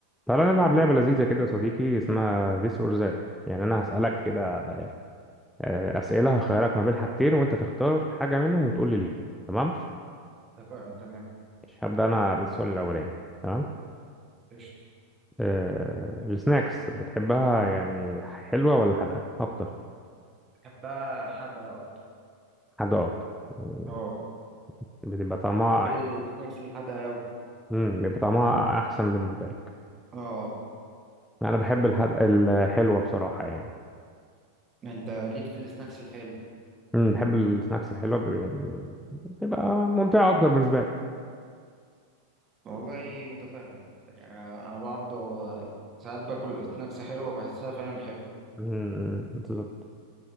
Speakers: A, in the centre; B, on the right.
A: تعالى نلعب لعبة لذيذة كده يا صديقي اسمها this or that يعني أنا هسألك كده آه، أسئلة هخيرك ما بين حاجتين وأنت تختار حاجة منهم وتقول لي ليه تمام
B: اتفقنا تمام
A: مش هبدأ أنا بالسؤال الأولاني تمام
B: قشطة
A: أه السناكس بتحبها يعني حلوة ولا حادقة أكتر
B: بحبها حادقة أكتر
A: حادقة أكتر يعني
B: اه
A: بتبقى طعمها
B: بحب السناكس الحادقة أوي
A: امم بيبقى طعمها أحسن بالنسبة لك
B: اه
A: أنا بحب الحد... الحلوة بصراحة يعني
B: ما أنت ليك في السناكس الحلو
A: امم بحب السناكس الحلوة بيبقى- يعني بتبقى ممتعة أكتر بالنسبة لي
B: والله متفاهم يعني انا أنا برضه ساعات باكل سناكس حلوه بحسها فعلا حلو
A: امم بالظبط